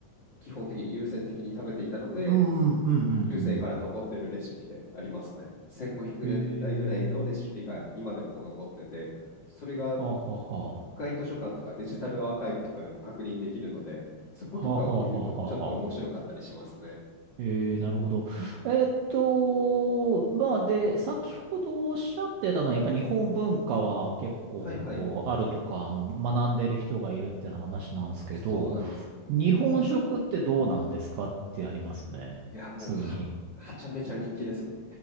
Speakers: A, on the left; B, on the right.
A: 基本的に優先的に食べていたので、
B: うんうんうん
A: 中世から残ってるレシピでありますね。
B: うん
A: 1500年代ぐらいのレシピが今でも残ってて、
B: うん。ええ。
A: それが
B: はあはあはあ。
A: 国会図書館とかデジタルアーカイブとかでも確認できるので、そことかを見るとちょっと面白かったりしますね。
B: はあはあはあはあはあはあはえー、なるほど。えーっと、まあで、先ほどおっしゃってたのは、やっぱ日本文化は結構、
A: はいはい、
B: こう、あるとか、あの、学んでる人がいるっていう話なんですけど、
A: そうなんですね。
B: 日本食ってどうなんですかってありますね。
A: いや、もうは、
B: 普通に。
A: はちゃめちゃ人気ですね。